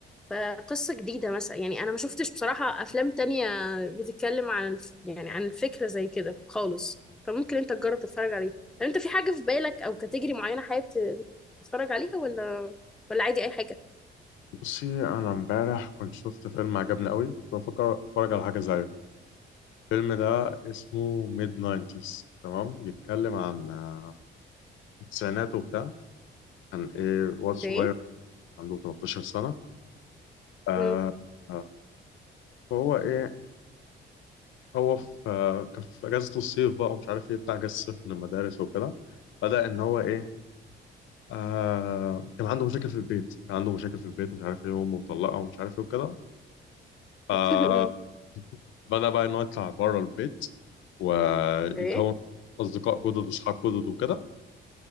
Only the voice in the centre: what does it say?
فقصة جديدة مثلا يعني أنا ما شفتش بصراحة أفلام تانية بتتكلم عن الف... يعني عن الفكرة زي كده خالص فممكن أنت تجرب تتفرج عليه طب أنت في حاجة في بالك أو كاتيجري معينة حابب ت- تتفرج عليها ولا ولا عادي أي حاجة؟
اوكي
مم.
<laughs>
اوكي